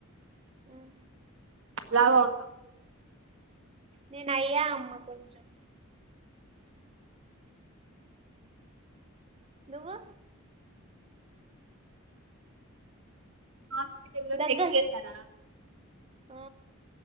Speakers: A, on the right; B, on the right.
A: ఉం
B: లావు అవుతావు
A: నేను అయ్యా అమ్మ కొంచెం నువ్వు
B: హాస్పిటల్ లో
A: దగ్గర
B: చెక్ చేసార
A: ఆ